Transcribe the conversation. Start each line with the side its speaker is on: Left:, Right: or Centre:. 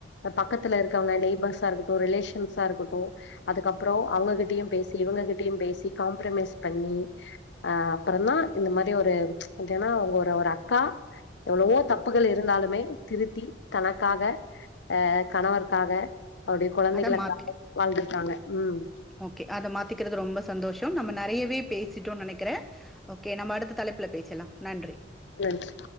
Left: பக்கத்துல இருக்கவங்க நெய்பர்ஸா இருக்கட்டு ரிலேஷன்ஸா இருக்கட்டு அதுக்கப்றோ அவுங்ககிட்டயு பேசி இவுங்ககிட்டயு பேசி காம்ப்ரமைஸ் பண்ணி ஆ அப்பறந்தா இந்த மாதிரி ஒரு என்னா ஒரு-ஒரு அக்கா எவ்வளவோ தப்புகள் இருந்தாலுமே திருத்தி தனக்காக ஆ கணவர்க்காக அவரோட கொலந்தைகளுக்காக
Centre: அத மாத்திக்
Left: வாழ்ந்துருக்காங்க உம்
Centre: ஓகே அத மாத்திக்கிறது ரொம்ப சந்தோஷம் நம்ம நெறயவே பேசிட்டோனு நெனக்குறே ஓகே நம்ம அடுத்த தலைப்பல பேசலா நன்றி
Left: நன்றி